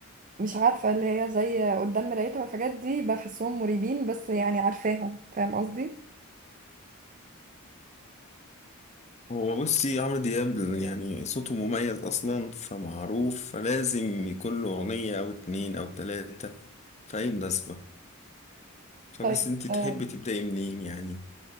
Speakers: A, on the right (about 35°); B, on the left (about 30°).
A: مش عارفه اللي هي زي قدام مرايتها والحاجات دي بحسهم مريبين بس يعني عارفاهم فاهم قصدي
B: هو بصي عمرو دياب يعني صوته مميز أصلا فمعروف فلازم يكون له أغنية أو اتنين أو تلاتة في أي مناسبة فبس
A: طيب
B: أنت تحبي
A: آه،
B: تبدأي منين يعني